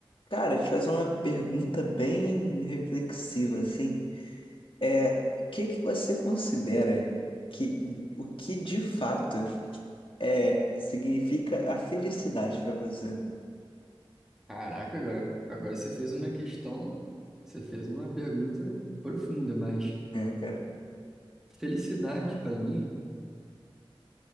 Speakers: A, on the left; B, in the centre.
A: Cara, te fazer uma pergunta bem reflexiva, assim. É, o que que você considera que o que de fato é significa a felicidade pra você?
B: Caraca, agora, agora você fez uma questão, você fez uma pergunta profunda, mas
A: É, cara.
B: felicidade para mim